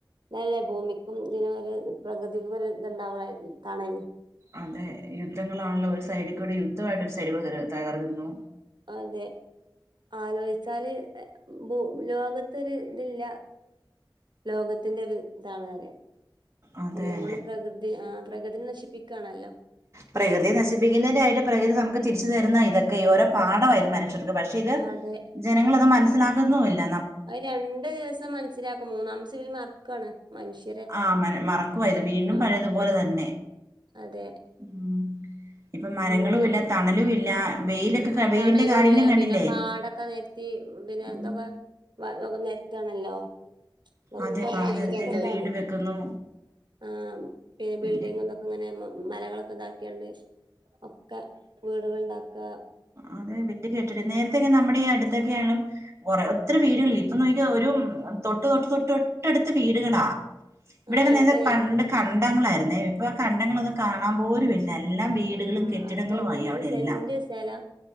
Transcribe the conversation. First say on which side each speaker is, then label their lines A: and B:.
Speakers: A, on the right (about 65°); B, on the right (about 35°).
A: അല്ലേ ഭൂമിക്കും ഇതിനും ഒര് പ്രകൃതിക്കൊക്കൊര് ഇത്ണ്ടാവാ തണല്
B: അതേ യുദ്ധങ്ങളാണല്ലോ ഒര് സൈഡിക്കൂടെ യുദ്ധമായിട്ട് ഒരു സൈഡ്ക്കൂടെ തകർക്ക്ന്നു
A: അതെ ആലോയ്ച്ചാല് എ ഭൂ ലോകത്തൊര് ഇത് ല്ല ലോകത്തിന്റെ ഒര് ഇതാണ് അറ്യാ
B: അതെ
A: എല്ലം
B: തന്നെ
A: കൊണ്ടും പ്രകൃതി ആഹ് പ്രകൃതിനെ നശിപ്പിക്കാണല്ലോ
B: പ്രകൃതിയെ നശിപ്പിക്കുന്നതിന്റെയായിട്ട് പ്രകൃതി നമുക്ക് തിരിച്ച് തരുന്ന ഇതൊക്കേ ഓരോ
A: ആ
B: പാഠമായിര്ന്ന് മനുഷ്യർക്ക് പ ക്ഷേ ഇത്
A: അതെ
B: ജനങ്ങളത് മനസ്സിലാക്ക്ന്നു ഇല്ല
A: അത് രണ്ട് ദിവസം മനസ്സിലാക്കും മൂന്നാംസം ഇവര് മറക്കാണ് മനുഷ്യ
B: ആഹ് മന മറക്കുവായിത് വീണ്ടും പഴേത്പോലെ
A: മറക്കാണ്
B: തന്നെ
A: അതെ
B: ഉം ഇപ്പം മരങ്ങളും
A: അങ്ങനെ
B: ഇല്ല തണലും ഇല്ല വെയിലൊക്കെ ക- വെയിലിന്റെ
A: തണലും
B: കാഠിന്യം
A: ഇള്ളാ
B: കണ്ടില്ലേ
A: പിന്നെ പാടൊക്കെ നെര ത്തി പിന്നെ
B: ഉം.
A: തൊക്കെ വ തൊക്കെ നെര്ത്താണല്ലോ ഒക്കെ
B: അതെ പല
A: നശിപ്പിക്കാണ്
B: നിരത്തേക്ക് വീട് വെക്കുന്നു
A: ആഹ് പിന്നെ
B: വല്യ
A: ബിൽഡിംഗും തൊക്കെങ്ങനെ മ മലകളൊക്കെ ഇതാക്ക്യാണ്ട് ഒക്കെ വീട്കള്ണ്ടാക്കാ
B: അതെ വല്ല്യ കെട്ടിട നേരത്തൊക്കെ നമ്മടെ ഈ അട്ത്തെക്കെയായാലും കൊറേ ഒത്തിരി വീട്കളില്ല ഇ പ്പനോയ്ക്കോ ഒരും തൊട്ട് തൊട്ട് തൊട്ട് തൊട്ടട്ത്ത് വീടുകളാ ഇവ്ടെക്കെ
A: ആ
B: നല്ല
A: അതെ
B: പണ്ട് കണ്ടങ്ങളായിരുന്നേ ഇപ്പൊ കണ്ടങ്ങളൊന്നും കാണാൻ പോലുവി നെല്ലം വീട്കളും
A: ആ
B: കെട്ടിടങ്ങളുവായി
A: അതന്നെ ഒരു
B: അവിടെയെല്ലാം
A: സെന്റ് സ്ഥലം